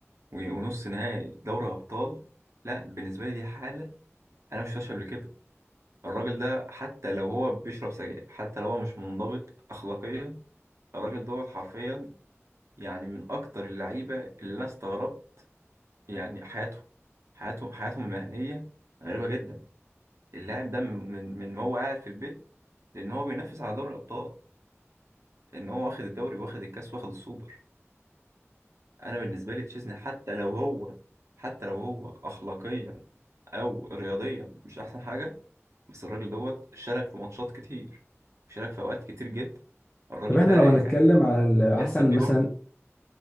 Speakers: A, on the right; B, on the left.
A: و- ونص نهائي دوري ابطال لا بالنسبه لي دي حاله انا مش شفتهاش قبل كده الراجل ده حتى لو هو بيشرب سجاير حتى لو هو مش منضبط اخلاقيا الراجل دوت حرفيا يعني من اكتر اللعيبه اللي انا استغربت يعني حياتهم حياتهم حياتهم المهنيه غريبه جدا اللاعب ده من من ما هو قاعد في البيت لان هو بينافس على دوري الابطال ان هو واخد الدوري واخد الكاس واخد السوبر انا بالنسبه لي تشيزني حتى لو هو حتى لو هو اخلاقيا او رياضيا مش احسن حاجه بس الراجل دوت شارك في ماتشات كتير شارك في اوقات كتير جدا الراجل
B: طب احنا
A: ده
B: لو
A: يعني
B: هنتكلم على ال- احسن
A: ينسب ليه
B: مثلا
A: برضه